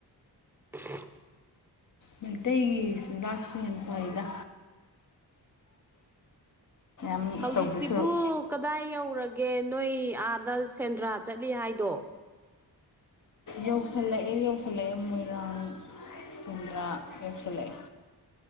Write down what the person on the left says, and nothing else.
ꯃꯩꯇꯩꯒꯤ ꯆꯤꯟꯖꯥꯛꯁꯤꯅ ꯍꯦꯟꯅ ꯐꯩꯗ ꯃꯌꯥꯝ
ꯇꯧꯗꯣꯏ ꯁꯔꯨꯛ
ꯌꯧꯁꯜꯂꯛꯑꯦ ꯌꯧꯁꯜꯂꯛꯑꯦ ꯃꯣꯏꯔꯥꯡ ꯁꯨꯗ꯭ꯔꯥ ꯌꯥꯎꯁꯤꯜꯂꯛꯑꯦ